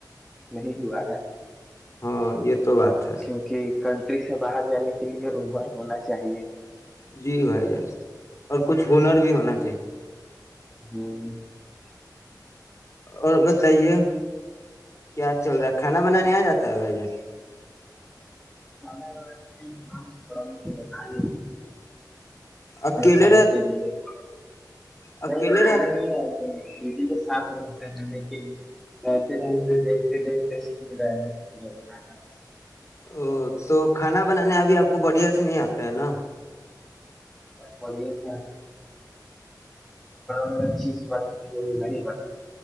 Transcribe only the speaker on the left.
ہاں یہ تو بات ہے
جی بھائی جان اور کچھ ہنر بھی ہونا چاہیے
اور بتائیے کیا چل رہا ہے کھانا بنانے آ جاتا ہے بھائی ج
اکیلے
رہ
اکیلے
رہ
او تو کھانا بنانےا ابھی آپ کو بڑھیا سے نہیں آتا ہے نا